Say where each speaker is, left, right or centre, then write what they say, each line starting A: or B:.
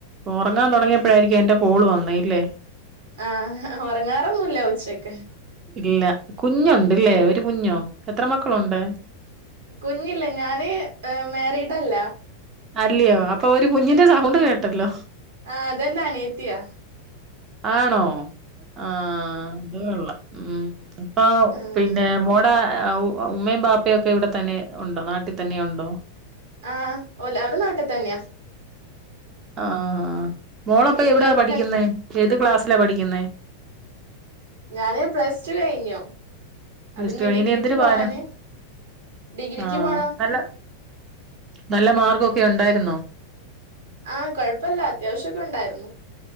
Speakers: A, on the right; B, on the right.
A: ഒറങ്ങാൻ തൊടങ്ങിയപ്പോഴായിരിക്കും എന്റെ കോള് വന്നേല്ലേ
B: ആഹ് ഒറങ്ങാറൊന്നുല്ല ഉച്ചക്ക്
A: ഇല്ല കുഞ്ഞുണ്ടല്ലേ
B: ഉം
A: ഒരു കുഞ്ഞോ എത്ര മക്കളൊണ്ട്
B: കുഞ്ഞില്ല ഞാന് മാരീഡല്ല
A: അല്ലയോ അപ്പൊ ഒരു കുഞ്ഞിന്റെ സൗണ്ട് കേട്ടല്ലോ
B: ആഹ് അതെന്റെ അനിയത്തിയാ
A: ആണോ ആഹ് അത് കൊള്ളാം ഉം അപ്പൊ
B: ആഹ്
A: പിന്നെ മോടെ ഏഹ് ഉമ്മയും ബാപ്പയൊക്കെ ഇവിടെ തന്നെ ഒണ്ടോ നാട്ടി തന്നെ ഒണ്ടോ
B: ആഹ് ഓല് അവര് നാട്ടി തന്നെയാ
A: ആഹ് മോളപ്പോ എവിടാ
B: ഇങ്ങ ഇങ്ങ
A: പഠിക്കുന്നെ ഏത് ക്ലാസ്സിലാ പഠിക്കുന്നേ
B: ഞാന് പ്ലസ് ടു കഴിഞ്ഞു
A: പ്ലസ്
B: അപ്പൊ ഇനി
A: ടു കഴിഞ്ഞ്
B: ഡിഗ്രിക്ക്
A: എന്തിന്
B: പോവാന്
A: പോവാനാ?
B: ഡിഗ്രിക്ക്
A: ആഹ്
B: പോണം
A: നല്ല നല്ല മാർക്കൊക്കെ ഒണ്ടായിരുന്നോ
B: ആഹ് കൊഴപ്പല്ലാ അത്യാവശ്യൊക്കെ ഒണ്ടായിരുന്നു